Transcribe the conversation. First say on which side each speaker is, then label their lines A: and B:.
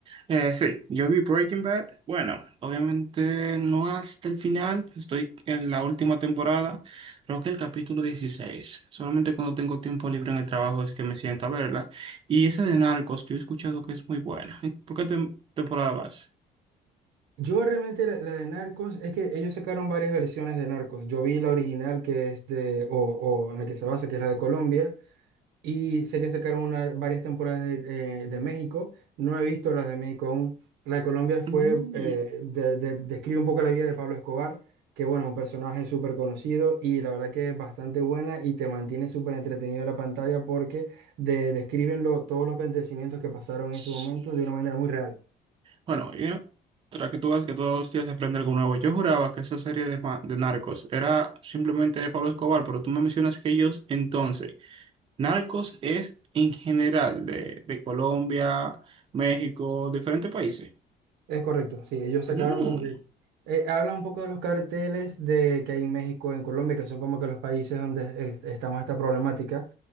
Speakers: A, on the right (about 30°); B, on the right (about 85°).
A: Eh, sí, yo vi Breaking Bad. Bueno, obviamente no hasta el final. Estoy en la última temporada. Creo que el capítulo 16. Solamente cuando tengo tiempo libre en el trabajo es que me siento a verla. Y esa de Narcos, yo he escuchado que es muy buena. ¿Por qué tem- temporada vas?
B: Yo realmente la, la de Narcos, es que ellos sacaron varias versiones de Narcos. Yo vi la original que es de, o, o en la que se basa, que es la de Colombia, y sé que sacaron una- varias temporadas de, eh, de México. No he visto las de México aún. La de Colombia fue,
A: Mm,
B: eh, de- de- describe un poco la vida de Pablo Escobar, que bueno, es un personaje súper conocido y la verdad que es bastante buena y te mantiene súper entretenido en la pantalla porque de- describen lo- todos los acontecimientos que pasaron
A: sí.
B: en ese momento de una manera muy real.
A: Bueno, y tras que tú ves que todos los días se prende algo nuevo. Yo juraba que esa serie de, ma- de Narcos era simplemente de Pablo Escobar, pero tú me mencionas que ellos entonces. Narcos es en general de, de Colombia, México, diferentes países.
B: Es correcto, sí, ellos sacaron
A: Mm,
B: como que, eh, habla un poco de los carteles de que hay en México, en Colombia, que son como que los países donde es- está más esta problemática,